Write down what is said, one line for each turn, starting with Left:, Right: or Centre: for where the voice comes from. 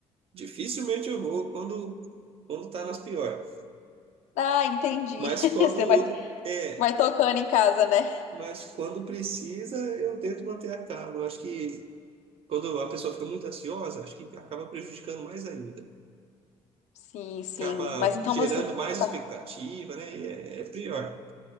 Right: Dificilmente eu vou quando quando tá nas piores.
Left: Ah, entendi.
Right: Mas
Left: <laughs>
Right: quando
Left: Você vai.
Right: é,
Left: Vai tocando em casa, né?
Right: mas quando precisa, eu tento manter a calma. Eu acho que quando a pessoa fica muito ansiosa, acho que acaba prejudicando mais ainda.
Left: Sim, sim.
Right: Acaba
Left: Mas então
Right: gerando
Left: você
Right: mais
Left: tá.
Right: expectativa, né? E é, é pior.